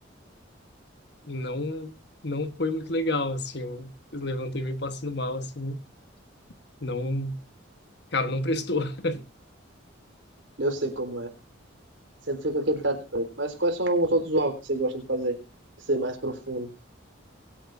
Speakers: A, on the left; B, on the right.
A: e não não foi muito legal, assim, eu, eu levantei meio passando mal, assim, não, cara, não prestou. <laughs>
B: Eu sei como é. Sempre fica aquele teto preto. Mas quais são os outros hobbies que você gosta de fazer? Que ser mais profundo,